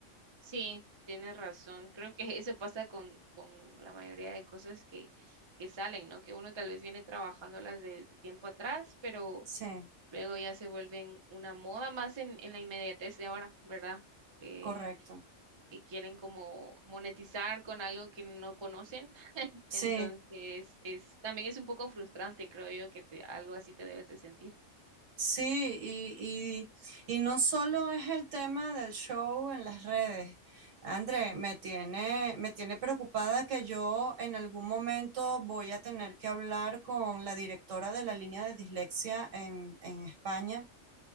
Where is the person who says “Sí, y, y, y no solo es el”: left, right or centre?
Right